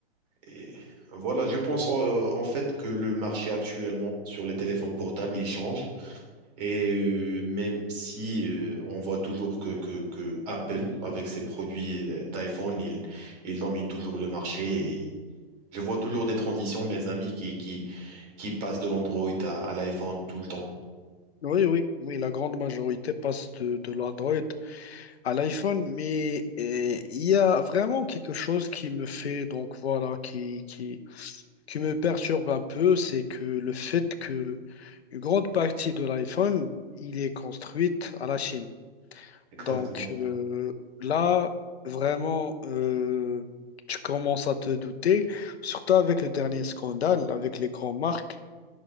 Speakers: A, on the right (about 40°); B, on the left (about 85°).
A: Et voilà, je pense euh, en fait que le marché actuellement sur les téléphones portables, il change. Et euh, même si euh, on voit toujours que, que, que Apple, avec ses produits d'iPhone, il, il domine toujours le marché. Et je vois toujours des transitions, mes amis, qui, qui, qui passe de l'Android à, à l'iPhone tout le temps.
B: Oui, oui, oui, la grande majorité passe de, de l'Android à l'iPhone, mais euh, il y a vraiment quelque chose qui me fait, donc voilà, qui, qui, qui me perturbe un peu, c'est que le fait que une grande partie de l'iPhone, il est construite à la Chine.
A: Exactement.
B: Donc euh, là, vraiment, euh, tu commences à te douter, surtout avec le dernier scandale, avec les grandes marques.